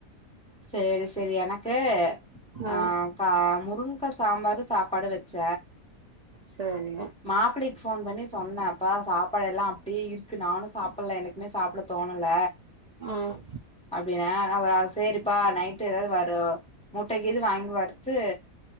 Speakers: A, in the centre; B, on the right.
A: சேரி சேரி எனக்கு
B: ம்
A: ஆஹ் கா முருங் க்க சாம்பாரு சாப்பாடு வெச்ச
B: சேரி
A: மாப்பிளைக்கு ஃபோன் பண்ணி சொன்ன அப்பா சாப்பாடெல்லா அப்டியே இருக்கு நானு சாப்ட்ல எனக்கு எதுமே சாப்ட தோணல
B: ஆஹ்
A: அப்டின்னா அவ சேரிப்பா நைட் ஏதாவது வருத் <inaudible> முட்ட கீது வாங்கி வறுத்து